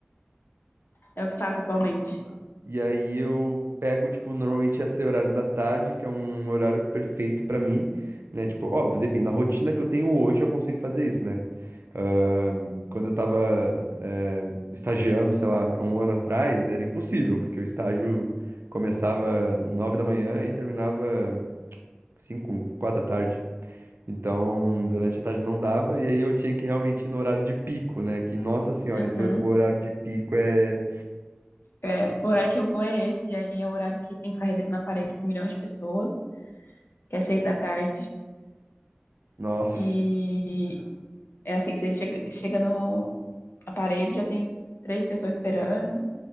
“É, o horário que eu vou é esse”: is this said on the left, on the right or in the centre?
Left